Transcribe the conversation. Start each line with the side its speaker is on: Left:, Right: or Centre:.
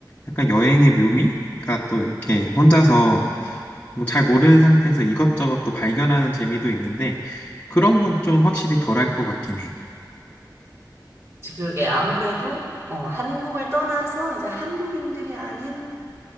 Left: 약간 여행의 묘미가 또 이렇게 혼자서 뭐 잘 모르는 상태에서 이것저것 또 발견하는 재미도 있는데 그런
Right: 응.
Left: 건 좀 확실히 덜할 것 같긴 해.
Right: 지- 그게 아무래도 어, 한국을 떠나서 이제 한국인들이 아닌